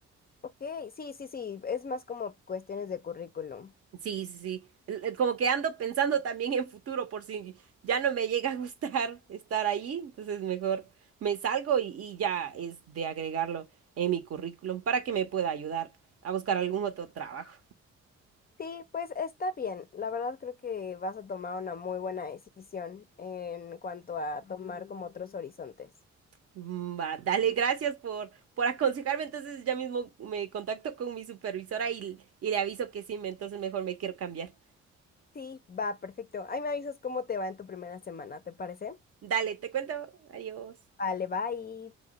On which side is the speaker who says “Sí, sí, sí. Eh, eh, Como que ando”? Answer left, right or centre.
Right